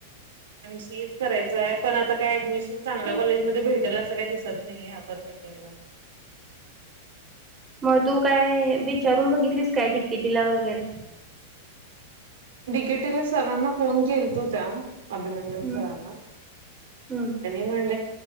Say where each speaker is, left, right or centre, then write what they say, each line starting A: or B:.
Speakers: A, on the right; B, on the right.
A: एम सी ए च करायचं आहे, पण आता काय ऍडमिशन चांगल्या कॉलेज मध्ये भेटेल असं काही दिसत नाहीपर सला
B: मग तू काय विचारून बघितलीस काय ते किती ला वगैरे.
A: बिकेटीला सरांना फोन केल तो त्या अभिनंदन
B: हम्म
A: सरांना
B: हम्म
A: म्हण